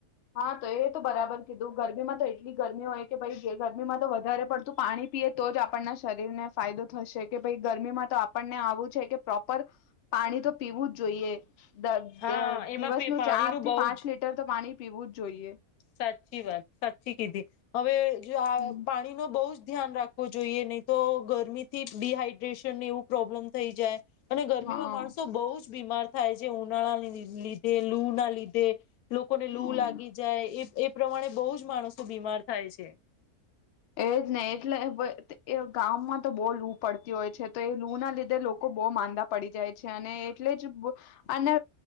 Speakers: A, on the left; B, on the left.
A: હા તો એ તો બરાબર. કીધું ગરમીમાં તો એટલી ગરમી હોય કે ભાઈ જે ગરમીમાં તો વધારે પડતું પાણી પીએ તો જ આપણના શરીરને ફાયદો થશે કે ભાઈ ગરમીમાં તો આપણને આવું છે કે પ્રોપર પાણી તો પીવું જ જોઈએ. દ
B: હા એમાં
A: દિવસ
B: પે
A: નું
B: પાણીનું
A: ચારથી
B: બહુ
A: પાંચ
B: જ
A: લીટર તો પાણી પીવું જ જોઈએ.
B: સાચી વાત સાચી કીધી હવે જો આ
A: હમ
B: પાણી ન બહુ જ ધ્યાન રાખવું જોઈએ નહી તો ગરમીથી ડીહાઈડ્રેશનને એવું પ્રોબ્લેમ થઈ જાય. અને ગરમીમાં
A: હા
B: માણસો બહુ જ બીમાર થાય છે ઉનાળા લીધે લૂ ના લીધે. લોકોને
A: હમ.
B: લૂ લાગી જાય એ પ્રમાણે બહુ જ માણસોધ બીમાર થાય છે
A: એજ નહ એટલે એ ગામમાં તો બહુ લુ પડતી હોય છે તો એ લૂ ના લીધે લોકો બહુ માંદા પડી જાય છે. અને એટલે જ અને